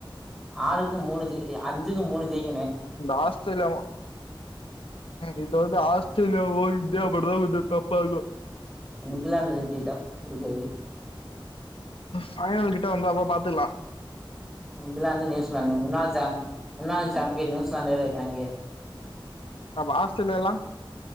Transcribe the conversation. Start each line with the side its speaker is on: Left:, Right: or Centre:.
Centre: ஆறுக்கு மூணு ஜெய் அஞ்சுக்கு மூணு ஜெய்
Left: இந்த ஆஸ்திரேலியாவு இந்த வந்து ஆஸ்திரேலியாவு இந்தியாவு மட்டும்தான் <unintelligible> போகு
Centre: இங்கிலாந்து வெளில போய்டா எனக்கு ஓகே
Left: பைனல் கிட்ட வந்தா அப்ப பாத்துக்கலாம்
Centre: இங்குலாந்து நியூசிலாந்து முன்னாள் சாம் முன்னாள் சாம்பியன் நியூசிலாந்து வேற இருக்காய்ங்க
Left: அப்ப ஆஸ்திரேலியாலாம்